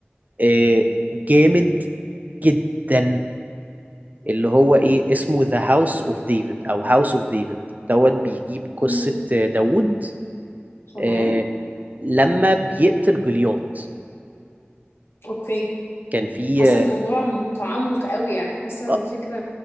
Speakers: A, on the right; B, on the left.
A: آه، جامد جدا اللي هو ايه اسمه ذا هاوس اوف ديفيد او هاوس اوف ديفيد دوت بيجيب قصة
B: امم
A: داوود
B: تمام
A: آه، لما بيقتل جولياث
B: اوكي
A: كان في
B: حاسه الموضوع متعمق قوي يعني حاسه ان
A: اه
B: الفكره